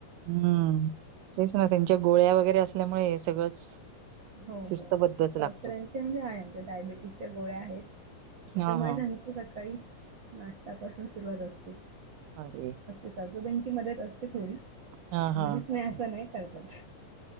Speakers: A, on the right; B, on the right.
A: हम्मं तेचं नां त्यांच्या गोळ्यां वगैरें असल्यामुळें सगळंच.
B: हो
A: शिस्तबद्धच
B: हो सासऱ्यांचे
A: लागतं.
B: म्हणजे आहेय आमचे डायबिटीसच्यां गोळ्यां आहेतं. त्यांच्यामुळे
A: हां, हां.
B: त्यांचं सकाळीं नाश्तांपासूंन सुरुवांत असते.
A: अ रे.
B: सासूबाईची मंदत असते थोडी
A: हां, हां.
B: अगदीच नाहीं असं नाहीं करतं.